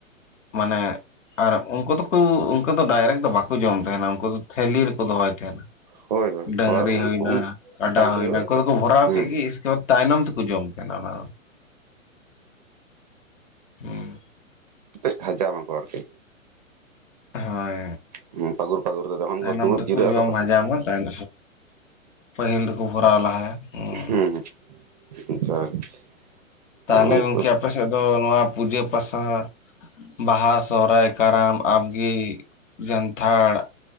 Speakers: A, on the left (about 65°); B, on the right (about 30°).
A: ᱢᱟᱱᱮ ᱟᱨ ᱩᱱᱠᱩ ᱫᱚᱠᱚ ᱩᱱᱠᱩ ᱫᱚ ᱰᱟᱭᱨᱮᱠ ᱫᱚ ᱵᱟᱠᱚ ᱡᱚᱢ ᱛᱟᱦᱮᱱᱟ, ᱩᱱᱠᱩ ᱫᱚ ᱛᱷᱮᱞᱤ ᱨᱮᱠᱚ ᱫᱚᱦᱚᱭ ᱛᱟᱦᱮᱱᱟ᱾
B: ᱦᱳᱭ
A: ᱰᱟᱝᱨᱤ
B: ᱦᱳᱭ
A: ᱦᱩᱭᱱᱟ ᱠᱟᱰᱟ
B: ᱰᱟᱝᱨᱤ
A: ᱦᱩᱭᱱᱟ
B: ᱦᱳᱭ
A: ᱚᱠᱚᱭ ᱫᱚᱠᱚ ᱵᱷᱚᱨᱟᱣ-
B: ᱦᱮᱸ
A: ᱠᱮᱫ ᱜᱮ ᱤᱥᱠᱮ ᱛᱟᱭᱱᱚᱢ ᱛᱮᱠᱚ ᱡᱚᱢ ᱛᱟᱦᱮᱸᱱᱟ ᱚᱱᱟ᱾ ᱦᱩᱸ
B: <unintelligible> ᱦᱟᱡᱟᱣ ᱱᱟᱠᱚ ᱟᱨᱠᱤ
A: ᱦᱳᱭ
B: ᱯᱟᱹᱜᱩᱨ ᱯᱟᱹᱜᱩᱨ ᱫᱚ ᱛᱚᱠᱷᱚᱱ
A: ᱛᱟᱭᱱᱚᱢ
B: ᱠᱚ ᱫᱩᱲᱩᱵ
A: ᱛᱮᱠᱚ
B: ᱡᱤᱨᱟᱹᱜ
A: ᱡᱚᱢ
B: ᱟᱠᱚ ᱛᱚᱠᱷᱚᱱ
A: ᱦᱟᱡᱟᱣᱱᱟ ᱛᱟᱭᱚᱢ ᱯᱟᱹᱦᱤᱞ ᱫᱚ ᱠᱚ ᱵᱷᱚᱨᱟᱣ ᱞᱟᱦᱟᱭᱟ᱾ ᱦᱩᱸ
B: ᱦᱮᱸ ᱚᱱᱠᱟᱜᱮ᱾
A: ᱛᱟᱦᱞᱮ
B: ᱟᱫᱚ ᱩᱱᱠᱩ
A: ᱜᱚᱢᱠᱮ ᱟᱯᱮᱥᱮᱫ ᱫᱚ ᱱᱚᱣᱟ ᱯᱩᱡᱟᱹ ᱯᱟᱥᱟ ᱵᱟᱦᱟ ᱥᱚᱦᱨᱟᱭ ᱠᱟᱨᱟᱢ ᱟᱵᱽᱜᱮ ᱡᱟᱱᱛᱷᱟᱲ